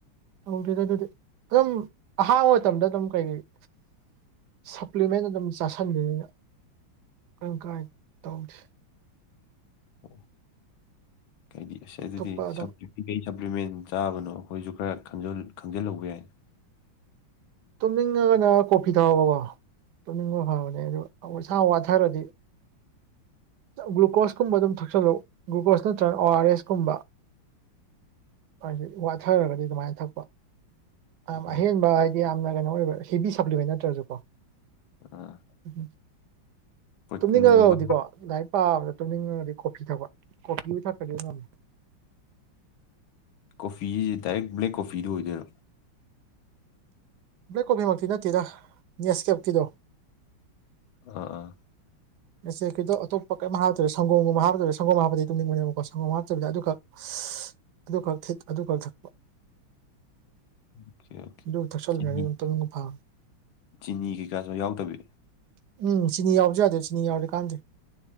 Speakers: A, on the right; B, on the left.
A: ꯇꯧꯗꯦꯗ ꯑꯗꯨꯗꯤ ꯑꯗꯨꯝ ꯑꯍꯥꯡꯕ ꯃꯇꯝꯗ ꯑꯗꯨꯝ ꯀꯩꯀꯩ_ _ ꯁꯄ꯭ꯂꯤꯃꯦꯟ ꯑꯗꯨꯝ ꯆꯥꯥꯁꯟꯕꯅꯤꯅ ꯀꯔꯤꯝ ꯀꯥꯏꯗꯦ ꯇꯧꯗꯦ꯫
B: ꯑꯣ ꯑꯩ ꯗꯤ ꯑꯁ ꯑꯗꯨꯗꯤ
A: ꯑꯇꯣꯞꯄ ꯑꯗꯨꯝ
B: ꯁꯄ꯭ꯂꯤ_ _ ꯀꯩ ꯀꯩ ꯁꯄ꯭ꯂꯤꯃꯦꯟ ꯆꯥꯕꯅꯣ ꯑꯩꯈꯣꯏꯖꯨ ꯈꯔꯈꯪꯖꯜ ꯈꯪꯖꯜꯍꯧꯕ ꯌꯥꯏꯅ꯫
A: ꯇꯨꯝꯅꯤꯡꯉꯒꯅ ꯀꯣꯐꯤ ꯊꯥꯎꯑꯣꯀꯣ꯫ ꯇꯨꯝꯅꯤꯡꯕ ꯐꯕꯅꯦ ꯑꯗꯨ ꯏꯁꯥ ꯋꯥꯊꯔꯗꯤ_ _ ꯒ꯭ꯂꯨꯀꯣꯁꯀꯨꯝꯕ ꯑꯗꯨꯝ ꯊꯛꯆꯜꯂꯨ ꯒ꯭ꯂꯨꯀꯣꯁ ꯅꯠꯇ꯭ꯔꯒ ꯑꯣ ꯑꯥꯔ ꯑꯦꯁ ꯀꯨꯝꯕ꯫ ꯍꯥꯏꯗꯤ ꯋꯥꯊꯔꯒꯗꯤ ꯑꯗꯨꯃꯥꯏꯅ ꯊꯛꯄ ꯌꯥꯝ
B: ꯑꯣ
A: ꯑꯍꯦꯟꯕ ꯍꯥꯏꯗꯤ ꯌꯥꯝꯅ ꯀꯩꯅꯣ_ _ ꯑꯣꯏꯕ ꯍꯦꯕꯤ ꯁꯄ꯭ꯂꯤꯃꯦꯟ ꯅꯠꯇ꯭ꯔꯒꯖꯨ ꯀꯣ꯫
B: ꯑꯥ꯫
A: ꯎꯝ
B: ꯄ꯭ꯔꯣꯇꯤꯟꯒꯨꯝꯕ
A: ꯇꯨꯝꯅꯤꯡꯉꯒꯕꯨꯗꯤꯀꯣ ꯂꯥꯏꯔꯤꯛ_ _ ꯄꯥꯕꯗ ꯇꯨꯝꯅꯤꯡꯉꯒꯗꯤ ꯀꯣꯐꯤ ꯊꯛꯄ ꯀꯣꯐꯤꯕꯨ ꯊꯛꯈ꯭ꯗꯤ ꯉꯝꯃꯤ꯫
B: ꯀꯣꯐꯤ ꯍꯥꯢꯖꯤ ꯗꯥꯏꯔꯦꯛ ꯕ꯭ꯂꯦꯛ ꯀꯣꯐꯤꯗꯨ ꯑꯣꯏꯗꯣꯏꯔꯣ꯫
A: ꯕ꯭ꯂꯦꯛ ꯀꯣꯐꯤꯃꯛꯇꯤ ꯅꯠꯇꯦꯗ ꯅꯦꯁ ꯀꯦꯞꯀꯤꯗꯣ꯫
B: ꯑꯥ ꯑꯥ꯫
A: ꯅꯦꯁꯀꯦꯄꯀꯤꯗꯣ ꯑꯇꯣꯞꯄ ꯀꯩꯝ ꯍꯥꯄꯇ꯭ꯔꯖꯨ ꯁꯪꯒꯣꯝꯒꯨꯝꯕ ꯍꯥꯄꯀꯗꯕꯅꯦ ꯁꯪꯣꯒꯣꯝꯒ ꯍꯥꯄꯗꯤ ꯇꯝꯅꯤꯡꯕꯅꯦꯕꯀꯣ ꯁꯪꯒꯣꯝ ꯍꯥꯄꯇꯕꯤꯗ ꯑꯗꯨꯈꯛ
B: <inaudible>
A: __ ꯑꯗꯨꯈꯛ ꯊꯤꯠ ꯑꯗꯨꯈꯛ ꯊꯥꯛꯄ꯫
B: ꯑꯣꯀꯦ ꯌꯥꯎꯗꯦ
A: ꯑꯗꯨ ꯊꯛꯆꯜꯂꯨꯔꯗꯤ
B: ꯆꯤꯅꯤ
A: ꯑꯗꯨꯝ ꯇꯨꯝꯅꯤꯡꯕ ꯐꯕꯅꯤ
B: ꯆꯤꯅꯤ ꯀꯩꯀꯥꯖꯨ ꯌꯥꯎꯗꯕꯤ꯫
A: ꯎꯝ ꯆꯤꯅꯤ ꯌꯥꯎꯕꯖꯨ ꯌꯥꯗꯦ ꯆꯤꯅꯤ ꯌꯥꯎꯔꯗꯤ ꯀꯥꯟꯗꯦ꯫